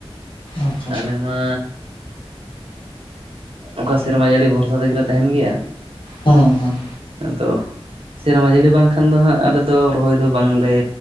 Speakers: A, on the left; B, on the right.
A: ᱟᱪᱪᱷᱟ
B: ᱟᱞᱮ ᱢᱟ ᱚᱠᱟ ᱥᱮᱨᱢᱟ ᱡᱟᱹᱲᱤ ᱵᱷᱚᱨᱥᱟ ᱛᱮᱜᱮᱞᱮ ᱛᱟᱦᱮᱱ ᱜᱮᱭᱟ
A: ᱦᱮᱸ ᱦᱮᱸ
B: ᱟᱫᱚ ᱥᱮᱨᱢᱟ ᱡᱟᱹᱲᱤ ᱵᱟᱝᱠᱷᱟᱱ ᱫᱚ ᱦᱟᱸᱜ ᱟᱞᱮᱫᱚ ᱨᱚᱦᱚᱭ ᱫᱚ ᱵᱟᱝᱞᱮ